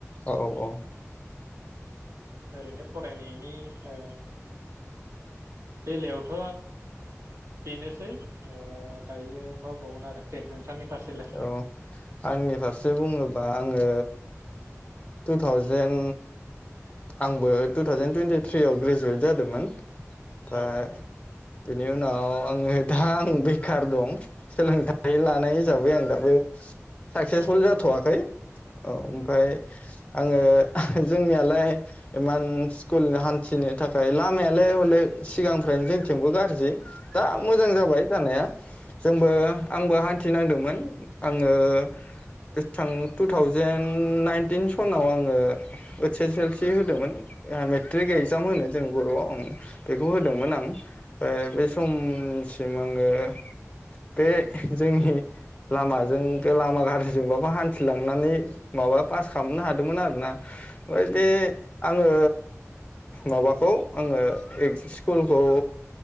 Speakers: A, on the left; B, on the right.
A: औ औ औ
B: ओरैनो फरायनायनि ओ बेलायावथ बेनोसै ओ दायो माबुंबावगोन आरो दे नोंथांनि फारसेलाय
A: औ आंनि फार बे बुङोबा आङो टु थावजेेन आंबो टु थावजेन टुइन्टिथ्रियाव ग्रेजुवेट जादोंमोन। ओमफाय
B: औ
A: बेनि उनाव आङो दा आं बेखार दं सोलोंथाइ लानाय हिसाबै
B: औ
A: आं दाबो साक्सेसफुल
B: औ
A: जाथवाखै औ ओमफ्राय आङो जोंनियालाय इमान स्कुल हान्थिनो थाखाय लामायालाय हले सिगांफ्रायनो जोंथिंबो गाज्रि दा
B: औ
A: मोजां जाबाय जानाया जोंबो
B: औ
A: आंबो हान थिनांदोंमोन आङो बेसेबां टु थावजेेन नाइनटिन सनाव आङो ओइस एस एल सि होदोंमोन। मेट्रिक
B: औ
A: एक्जाम होनो जों बरआव। बेखौ होदोंमोन आं ओ बे समसिम आङो बे जोंनि लामाजों लामा गाज्रिजोंबाबो हान्थिलांनानै माबा पास खालामनो हादोंमोन आरो ना। ओमफ्रायदि आङो माबाखौ आङो एक स्कुलखौ